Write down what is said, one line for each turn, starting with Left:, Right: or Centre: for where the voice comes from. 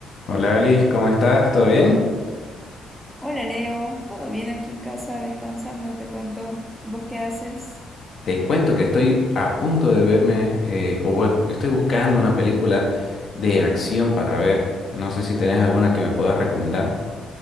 Left: Hola Alice, ¿cómo estás? ¿Todo bien?
Centre: Hola Leo, ¿todo bien aquí en casa? Descansando, te cuento. ¿Vos qué haces?
Left: Te cuento que estoy a punto de verme, eh, o bueno, estoy buscando una película de acción para ver. No sé si tenés alguna que me puedas recomendar.